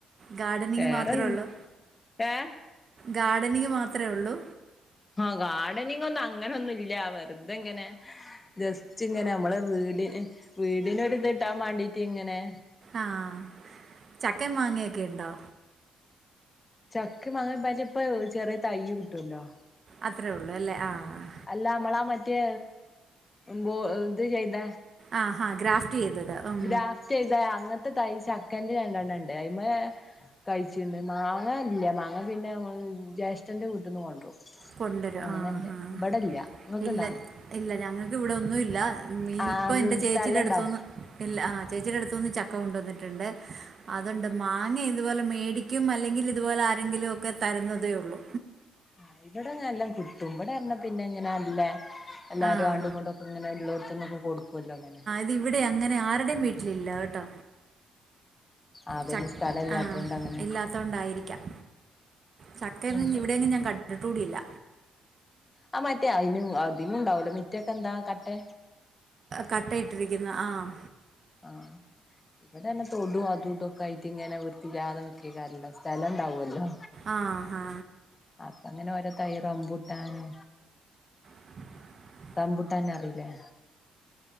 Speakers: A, on the right (about 45°); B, on the left (about 25°).
A: ഗാർഡനിംഗ്
B: വേറെന്താ
A: മാത്രേള്ളോ?
B: ഏഹ്
A: ഗാർഡനിങ് മാത്രേ ഒള്ളൂ?
B: ആഹ് ഗാർഡനിങ്ങൊന്നും അങ്ങനൊന്നുല്ല വെറ്തെങ്ങനെ. ജസ്റ്റ്ങ്ങനെ അമ്മളെ വീട് എഹ് വീട്നൊരുത്ട്ടാമാണ്ടീട്ടിങ്ങനെ.
A: ആഹ് ചക്കേം മാങ്ങേക്കെണ്ടോ?
B: ചക്ക, മാങ്ങ പ്പയിന്റെ ഇപ്പ ചെറിയ തൈയ്യ് കിട്ടോല്ലോ?
A: അത്രേള്ളൂ അല്ലേ ആഹ് ആഹ്
B: അല്ല അമ്മളാ മറ്റേ ഉം ബോ ഇത് ചെയ്ത.
A: ആഹ് ഹാ ഗ്രാഫ്റ്റ് ചെയ്തത്. ഉം
B: ഗ്രാഫ്റ്റെയ്ത അങ്ങൻത്തെ തയ് ചക്കൻന്റെ രണ്ടെണ്ണണ്ട്. അയ്മെ കയ്ച്ച്ണ്ട് മാങ്ങ ഇല്ല്യ മാങ്ങ പിന്നെ ഞങ്ങള് ജ്യേഷ്ഠൻ്റെ വീട്ട്ന്ന് കൊണ്ട്രും.
A: കൊണ്ടുവരും
B: അങ്ങനെണ്ട്
A: ആഹ് ആഹ്
B: ഇബടല്ല ഇങ്ങക്ക്
A: ഇല്ല
B: ണ്ടാ?
A: ഇല്ല. ഞങ്ങക്ക് വടെ ഒന്നുല്ല ഞ്ഞീ
B: ആഹ്
A: ഇപ്പൊ
B: അത്
A: എന്റെ ചേച്ചിടെ
B: സ്ഥലം ഉണ്ടാവും
A: ട്ത്തൂന്ന്. ഇല്ല. ആഹ് ചേച്ചിയുടെ അടുത്തൂന്ന് ചക്ക കൊണ്ടുവന്നിട്ടുണ്ട്. അതുണ്ട് മാങ്ങ- ഇതുപോലെ മേടിക്കും അല്ലെങ്കിൽ ഇതുപോലെ ആരെങ്കിലു ഒക്കെ തരുന്നതേ ഉള്ളൂ.
B: ആഹ് ഇവടെങ്ങ എല്ലാം കിട്ടും ഇവിടെ ന്ന് പറഞ്ഞ പിന്നെ ഇങ്ങനെ നല്ല എല്ലാരും
A: ആഹ്
B: അങ്ങോട്ട്‌ ഇങ്ങോട്ടും അങ്ങനെ ഉള്ളോടത് നിന്നൊക്കെ കൊടുക്കുമല്ലോ അങ്ങനെ.
A: അത് ഇവിടെ അങ്ങനെ ആരുടെയും വീട്ടിലില്ല കേട്ടോ?
B: അതന്നെ
A: ച
B: സ്ഥലം ഇല്ലാത്തോണ്ട്
A: ആഹ്
B: അങ്ങനെ
A: ഇല്ലാത്തൊണ്ടായിരിക്കാം. ചക്കയൊന്നും
B: ഉണ്ട്
A: ഇവിടെയെങ്കിലും ഞാൻ കണ്ടിട്ട് കൂടിയില്ല.
B: ആഹ് മറ്റേ അതി അതിനും ഉണ്ടാവലോ മുറ്റം ഒക്കെ എന്താ കട്ടെ
A: കട്ട ഇട്ടിരിക്കുന്ന ആഹ്
B: ആഹ് ഇവിടെ തന്നെ തൊടും അതും ഇതൊക്കെ ആയിട്ട് ഇങ്ങനെ വൃത്തില്ലാ തെ നിൽക്കായിരിക്കുവല്ലോ. സ്ഥലം ഉണ്ടാവു ല്ലോ?
A: ആ, ഹാ
B: അപ്പ അങ്ങനെ ഓരോ തൈ റമ്പൂട്ടാന്
A: <unintelligible>
B: റമ്പുട്ട ന്നെ അറിയില്ലേ?